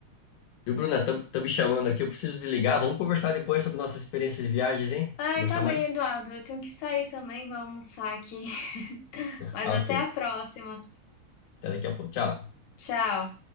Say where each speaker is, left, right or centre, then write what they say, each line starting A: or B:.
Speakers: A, on the left; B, on the left.
A: Viu, Bruna? Estão me chamando aqui, eu preciso desligar. Vamos conversar depois sobre nossas experiências de viagens, hein?
B: Ai,
A: Conversar
B: tá bem,
A: mais?
B: Eduardo. Eu tenho que sair também, vou almoçar aqui. <laughs> Mas
A: Tá
B: até
A: ok.
B: a próxima.
A: Até daqui a pouco. Tchau.
B: Tchau.